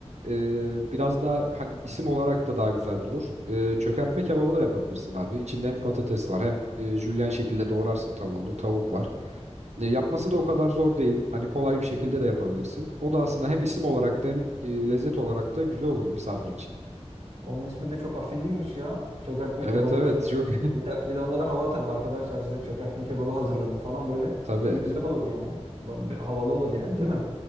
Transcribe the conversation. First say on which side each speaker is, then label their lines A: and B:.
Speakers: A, on the right; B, on the right.
A: e, biraz daha hani isim olarak da daha güzel durur. E, çökertme kebabı da yapabilirsin abi. İçinde hem patates var hem e, jülyen şekilde doğrarsın tavuğunu. Tavuk var. E, yapması da o kadar zor değil. Hani kolay bir şekilde de yapabilirsin. O da aslında hem isim olarak da hem e, lezzet olarak da güzel olur misafir için.
B: Onun ismi de çok afilliymiş ya. Çökertme
A: Evet
B: kebabı.
A: evet
B: Şimdi
A: çok
B: bir de, bir de onlara hava atarım. Arkadaşlar size çökertme kebabı hazırladım falan böyle.
A: <laughs> tabii.
B: Şeyi güzel olur yani. Ba- bir Havalı olur yani değil mi?